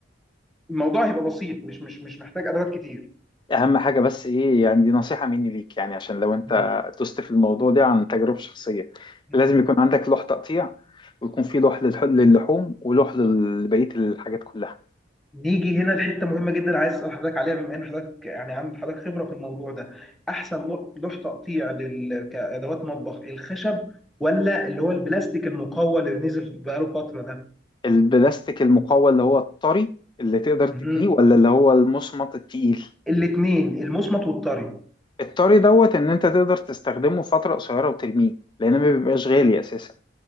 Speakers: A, in the centre; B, on the left.
A: الموضوع هيبقى بسيط مش مش مش محتاج ادوات كتير
B: اهم حاجه بس ايه يعني دي نصيحه مني ليك يعني عشان لو انت
A: مم.
B: تست في الموضوع ده عن تجربه شخصيه
A: مم.
B: لازم يكون عندك لوح تقطيع ويكون في لوح للح- للحوم ولوح لبقيه الحاجات كلها
A: نيجي هنا لحته مهمه جدا عايز اسال حضرتك عليها بما ان حضرتك يعني عندك حضرتك خبره في الموضوع ده احسن لو- لوح تقطيع لل... كادوات مطبخ الخشب ولا اللي هو البلاستيك المقوى اللي نزل بقاله فتره ده
B: البلاستيك المقوى اللي هو الطري اللي تقدر تتنيه
A: مم.
B: ولا اللي هو المصمت التقيل
A: الاثنين المصمت والطري
B: الطري دوت ان انت تقدر تستخدمه فتره قصيره وترميه لان ما بيبقاش غالي اساسا